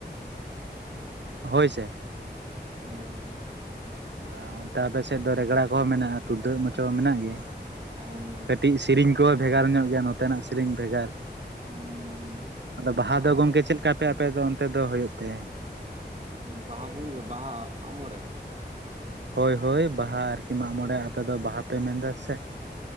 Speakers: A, on the right; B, on the right.
A: ᱦᱩᱸ,
B: ᱦᱳᱭ ᱥᱮ ᱟᱨ ᱚᱱᱛᱮ ᱟᱯᱮᱥᱮᱫ ᱫᱚ ᱨᱮᱜᱽᱲᱟ ᱠᱚᱦᱚᱸ ᱢᱮᱱᱟᱜ-ᱟ ᱛᱩᱫᱟᱹᱜ ᱢᱟᱪᱚ ᱢᱮᱱᱟᱜ ᱜᱮᱭᱟ
A: ᱦᱩᱸ
B: ᱠᱟᱹᱴᱤᱡ ᱥᱮᱨᱤᱧ ᱠᱚᱦᱚᱸ ᱵᱷᱮᱜᱟᱨ ᱧᱚᱜ ᱜᱮᱭᱟ ᱱᱚᱛᱮᱱᱟᱜ ᱥᱮᱤᱨᱤᱧ ᱵᱷᱮᱜᱟᱨ
A: ᱦᱩᱸ
B: ᱟᱫᱚ ᱵᱟᱦᱟ
A: ᱟᱨ
B: ᱫᱚ ᱜᱚᱢᱠᱮ ᱪᱮᱫ ᱞᱮᱠᱟ ᱯᱮ ᱟᱯᱮ ᱫᱚ ᱚᱱᱛᱮ ᱫᱚ ᱦᱩᱭᱩᱜ ᱛᱮ?
A: ᱵᱟᱦᱟ ᱵᱚ ᱵᱟᱦᱟ ᱢᱟᱜ-ᱢᱚᱲᱮ,
B: ᱦᱳᱭ ᱦᱳᱭ ᱵᱟᱦᱟ ᱟᱨᱠᱤ ᱢᱟᱜᱢᱚᱬᱮ ᱟᱯᱮᱫᱚ ᱵᱟᱦᱟ ᱯᱮ ᱢᱮᱱ ᱮᱫᱟ ᱥᱮ?